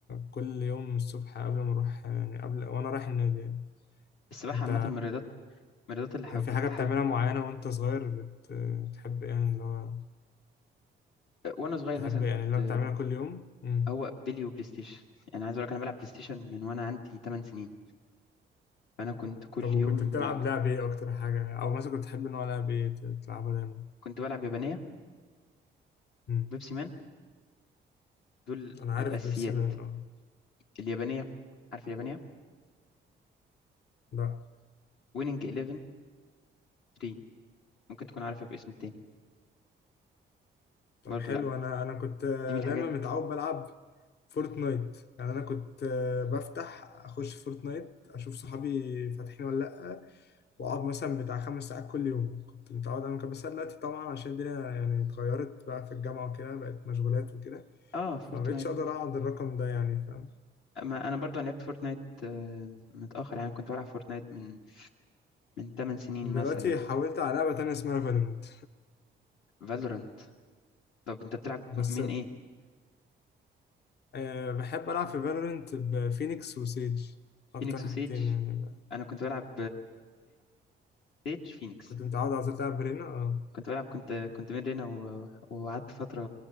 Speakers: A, on the left; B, on the left.
A: كل يوم الصبح قبل ما اروح آه، يعني قبل وانا رايح النادي يعني
B: السباحة
A: انت
B: عامة من الرياضات الرياضات اللي ح-
A: كان
B: كنت
A: في حاجة بتعملها
B: حابب
A: معينة وانت صغير بت- بتحب يعني اللي هو
B: وانا صغير
A: تحب
B: مثلا
A: يعني
B: كنت
A: اللي هو بتعملها كل يوم مم.
B: هو بيلي وبلاي ستيشن يعني عايز اقول لك انا بلعب بلاي ستيشن من وانا عندي 8 سنين فانا كنت كل
A: طب وكنت
B: يوم
A: بتلعب لعب ايه اكتر حاجة او مثلا كنت تحب نوع لعب ايه بتلعبها دايما
B: كنت بلعب يابانيه
A: مم.
B: بيبسي مان دول
A: انا عارف
B: الاساسيات
A: بيبسي مان اه
B: اليابانيه عارف اليابانيه
A: لا
B: ويننج 11 3 ممكن تكون عارفها باسم التاني
A: طب
B: برضو
A: حلو
B: لا
A: انا انا كنت
B: دي من الحاجات
A: دايما متعود بلعب فورتنايت يعني انا كنت بفتح اخش فورتنايت اشوف صحابي فاتحين ولا لا واقعد مثلا بتاع خمس ساعات كل يوم كنت متعود اعمل كده بس أنا دلوقتي طبعا عشان الدنيا يعني اتغيرت بقى في الجامعه وكده بقت مشغولات وكده
B: اه فورتنايت
A: فما بقتش اقدر اقعد الرقم ده يعني فاهم
B: ما انا برضو أنا لعبت فورتنايت آه، متاخر يعني كنت بلعب فورتنايت من من 8 سنين
A: دلوقتي
B: مثلا
A: حاولت على لعبه تانية اسمها فالورنت
B: فالورانت طب انت بتلعب
A: بس
B: من ايه
A: أه بحب العب في فالورنت بفينيكس وسيج اكتر
B: فينيكس وسيج
A: حاجتين يعني بقى.
B: انا كنت بلعب بيج فينيكس
A: كنت متعود على طول العب برينا
B: كنت بلعب كنت كنت من رينا و- وقعدت فترة